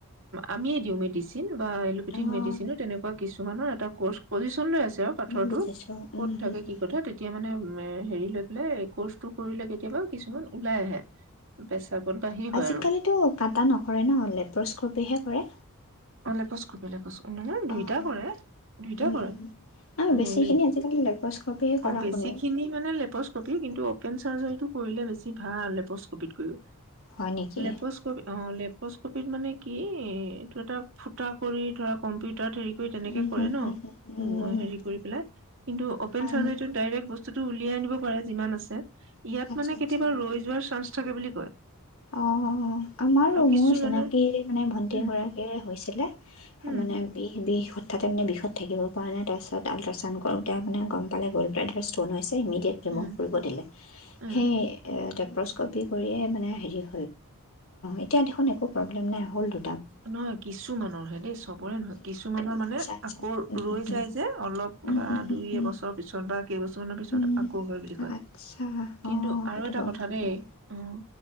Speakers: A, on the right; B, on the left.
A: আমিয়ে দিওঁ মেডিচিন বা এল'পেথিক
B: অ'।
A: মেডিচিনো তেনেকুৱা কিছুমানৰ এটা কৰ্চ পজিশন লৈ আছে তেওঁ পাথৰটো
B: উম, বুজিছো,
A: ক'ত
B: উম,
A: থাকে
B: হুম, হুম,
A: কি কথা তেতিয়া মানে তমে হেৰি লৈ পেলাই কৰ্চটো কৰিলে কেতিয়াবা কিছুমান ওলাই আহে পেচাপত বাহি হয়
B: আজিকালিতো
A: আৰু
B: কাটা নকৰে ন লেপ্ৰস্কপেহে কৰে
A: স <unintelligible> নহয় দুইটা
B: অ',
A: কৰে দুইটা
B: উম,
A: কৰে
B: উম, আৰু বেছিখিনি
A: হেৰি
B: আজিকালি লেপ্ৰস্কপিয়ে কৰা
A: অঁ বেছিখিনি
B: শুনো।
A: মানে লেপস্কপি কিন্তু অপেন চাৰ্জাৰীটো কৰিলে বেছি ভাল লেপষ্টকপিট কৈও
B: হয় নেকি?
A: লেপচ কবি অ লেপচ কবি মানে কি এইটো এটা ফুটা কৰি ধৰা কম্পিউটাৰ হেৰি কৰি তেনেকে
B: উম, হুম,
A: কৰে ন
B: হুম, হুম, উম,
A: হেৰি কৰি পেলাই কিন্তু অপেন
B: হয়,
A: চাৰ্জাৰীটো
B: অ'।
A: ডাইৰেক্ট বস্তুটো উলিয়াই আনিব পাৰে যিমান আছে ইয়াত
B: আচ্ছা,
A: মানে
B: আচ্ছা,
A: কেতিয়াবা ৰৈ যোৱা চাঞ্চ থাকে বুলি কয়
B: অ আমাৰো
A: আৰু কিছুমানৰ
B: মোৰ চিনাকি মানে ভন্টি
A: উম
B: এগৰাকীৰ হৈছে
A: উম
B: মানে বি বি তাতে মান বিষত থাকিব পৰা নাই তাৰপছত আল্ট্ৰাউড কৰোতে মানে গম পে গ'ল্ড ব্লড ষ্ট'ন হৈছে ইমিডীয়েট তেওঁ
A: উম
B: কৰিব দিলে
A: উম
B: সেয়ে পস্কপি কৰিয়ে মানে হেৰি অ এতিয়া দেখোন একো প্ৰব্লেম নাই হ'ল দু
A: নহয় কিছুমানৰ হে দেই চবৰে নহয় কিছুমানৰ মানে
B: আচ্ছা আচ্ছা
A: আকৌ ৰৈ
B: উম,
A: যায় যে অলপ
B: উম,
A: বা
B: উম, উম,
A: দুই
B: উম,
A: এবছৰ পিছত বা কেইবছৰমান পিছত
B: উম।
A: আকৌ হয় বুলি কয়,
B: আচ্ছা অ',
A: কিন্তু
B: সেইটো
A: আৰু এটা
B: গম
A: কথা
B: নাপাওঁ
A: দেই উম